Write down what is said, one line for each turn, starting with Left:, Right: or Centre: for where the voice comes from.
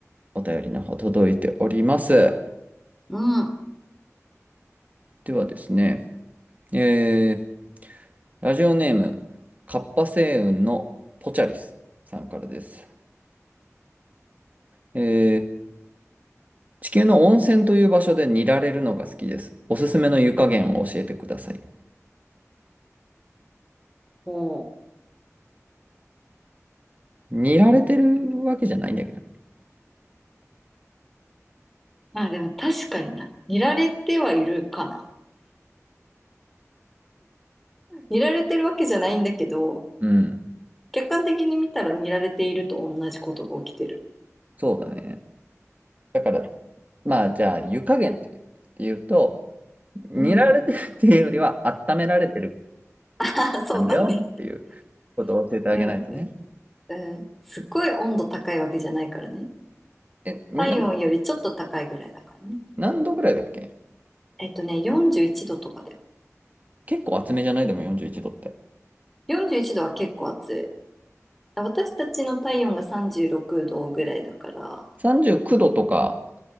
Right: お便りの方届いております。
Centre: うん。
Right: ではですね、えーラジオネーム、カッパ星雲のポチャリスさんからです。えー地球の温泉という場所で煮られるのが好きです。おすすめの湯加減を教えてください。
Centre: も
Right: 煮られてるわけじゃないんだけどね。
Centre: う、まあでも確かにな。見られてはいるかな。見られてるわけじゃないんだけど、
Right: うん。
Centre: 客観的に見たら見られていると同じことが起きてる。
Right: そうだね。だから、まあ、じゃあ、湯加減って言うと、煮られてるっていうよりは、
Centre: うん。
Right: 温められてる
Centre: <laughs> あ、そうだね。
Right: なんだよっていうことを教えてあげないとね。
Centre: うん、うん、うん。すっごい温度高いわけじゃないからね。
Right: え、に、
Centre: 体温よりちょっと高いぐらいだからね。
Right: な何度ぐらいだっけ
Centre: えっとね、41度とかだよ。
Right: 結構厚めじゃないでも41度って。
Centre: 41度は結構暑い。私たちの体温が36度ぐらいだから、
Right: 39度とか